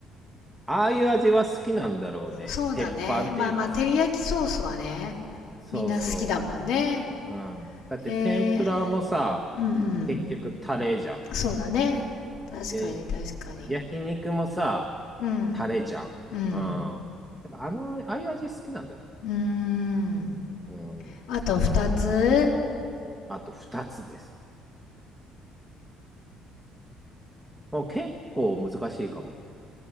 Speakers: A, in the centre; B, on the left (about 80°).
A: ああいう味は好きなんだろうね。
B: そうだね。
A: 鉄板っていうかさ。
B: まあまあ、照り焼きソースはね、
A: そうそ
B: みんな好きだもんね。
A: ううんだって天ぷらもさ、
B: えー、うんうん。
A: 結局タレじゃん。
B: そうだね。確かに確かに。
A: で、焼肉もさ、
B: うん。
A: タレじゃん。
B: うん。
A: うん。だからあの、ああいう味好きなんだよ。
B: うーん。
A: うん。
B: あと二つ、
A: あと2つです。もう結構難しいかも。